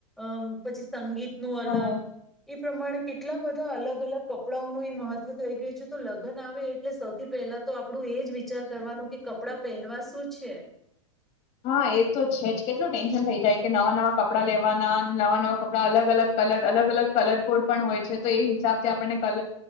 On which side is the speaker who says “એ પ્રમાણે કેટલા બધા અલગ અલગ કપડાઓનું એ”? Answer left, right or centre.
Centre